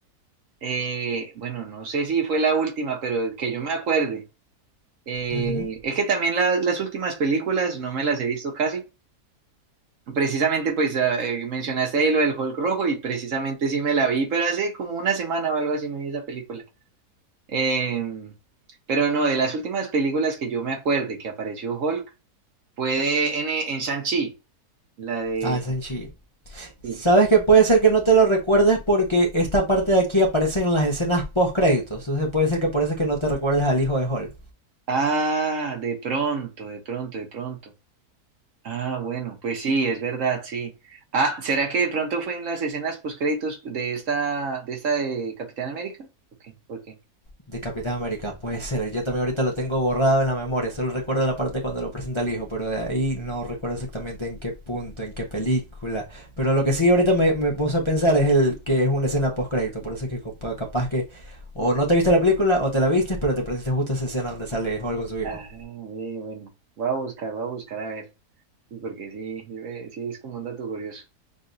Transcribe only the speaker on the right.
eh, bueno, no sé si fue la última, pero que yo me acuerde. Eh,
es que también la- las últimas películas no me las he visto casi. Precisamente, pues ah, eh, mencionaste ahí lo del Hulk rojo y precisamente sí me la vi, pero hace como una semana o algo así me vi esa película. Eh, pero no, de las últimas películas que yo me acuerde que apareció Hulk fue de- en, en Shang-Chi, la de...
sí.
Ah, de pronto, de pronto, de pronto. Ah, bueno, pues sí, es verdad, sí. Ah, ¿será que de pronto fue en las escenas postcréditos de esta, de esta de Capitán América? Ok, ¿por qué?
Ujú.
Ah, eh, bueno, voy a buscar, voy a buscar a ver, sí, porque sí, sí, me- sí es como un dato curioso.